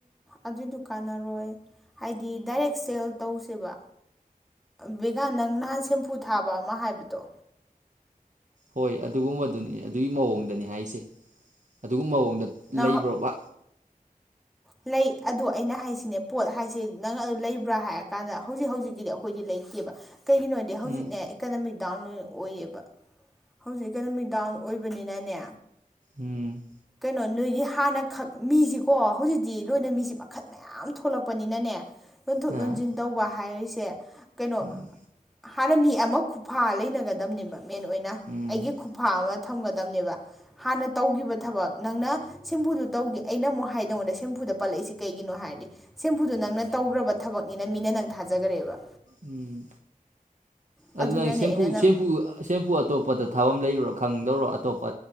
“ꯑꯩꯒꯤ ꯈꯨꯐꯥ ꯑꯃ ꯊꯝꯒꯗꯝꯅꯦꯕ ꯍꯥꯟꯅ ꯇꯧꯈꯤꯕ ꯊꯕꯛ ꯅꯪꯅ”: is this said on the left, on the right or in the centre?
Centre